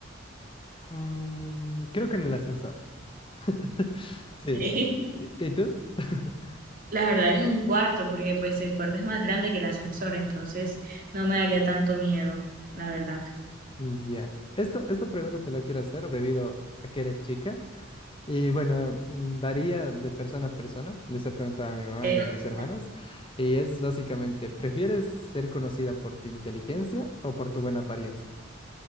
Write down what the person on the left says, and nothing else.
mm, creo que en el ascensor. <laughs> Sí.
¿Y y tú? <laughs>
Mm, Ya. Esto, esta pregunta te la quiero hacer debido a que eres chica. Y bueno, mm, varía de persona a persona. Les he preguntado a mi mamá
y a mis hermanas. Y es básicamente, ¿prefieres ser conocida por tu inteligencia o por tu buena apariencia?